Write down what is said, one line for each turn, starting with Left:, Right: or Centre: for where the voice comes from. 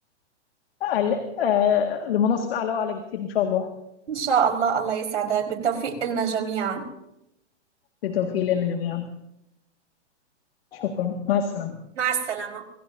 Left: آه، لمناصب أعلى وأعلى بكتير إن شاء الله
Right: إن شاء الله الله يسعدك بالتوفيق لنا جميعا
Left: بالتوفيق لنا جميعا شكرا مع السلامة
Right: مع السلامة